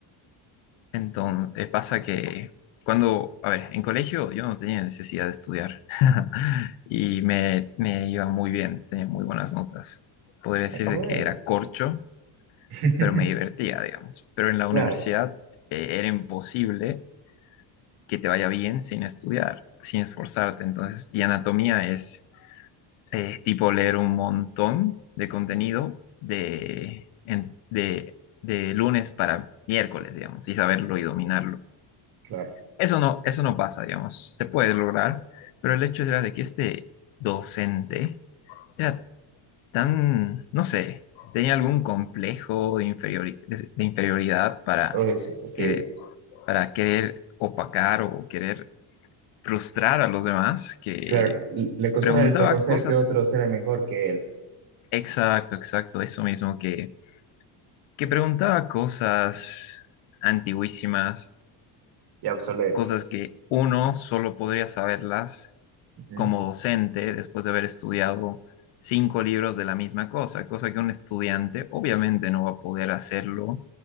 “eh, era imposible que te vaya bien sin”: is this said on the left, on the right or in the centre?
Left